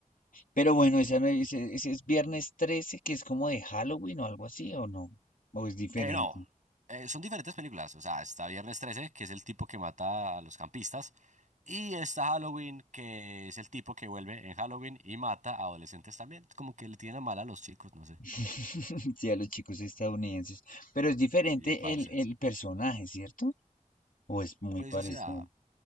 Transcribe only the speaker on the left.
Pero bueno, esa no, ese, ese es viernes 13, que es como de Halloween o algo así, ¿o no? ¿O es diferente?
<laughs> Sí, a los chicos estadounidenses. Pero es diferente
el, el personaje, ¿cierto? O es muy
parecido.